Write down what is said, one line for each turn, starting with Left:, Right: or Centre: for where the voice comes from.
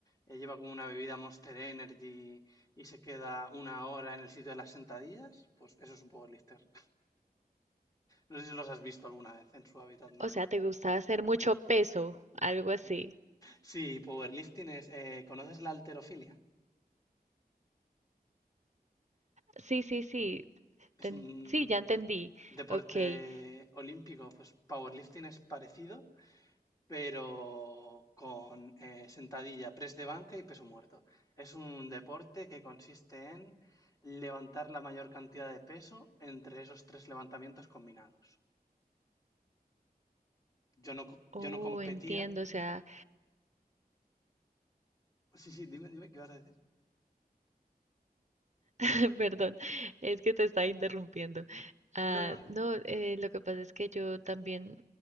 Left: eh, lleva como una bebida Monster Energy y se queda una hora en el sitio de las sentadillas? Pues eso es un powerlifter. <laughs> No sé si los has visto alguna vez en su hábitat natural.
Right: o sea, te gusta hacer mucho peso, algo así.
Left: Sí, powerlifting es... eh, ¿conoces la halterofilia?
Right: Sí, sí, sí,
Left: Es
Right: ten-
Left: un
Right: sí, ya entendí.
Left: deporte
Right: Ok.
Left: olímpico, pues powerlifting es parecido. pero con eh, sentadilla, press de banca y peso muerto. Es un deporte que consiste en levantar la mayor cantidad de peso entre esos tres levantamientos combinados. Yo no, co- yo
Right: Oh,
Left: no competía.
Right: entiendo, o sea,
Left: Sí, sí, dime, dime, ¿qué vas a decir?
Right: <laughs> Perdón, es que te estaba interrumpiendo. Ah,
Left: No, no, no.
Right: no, eh, lo que pasa es que yo también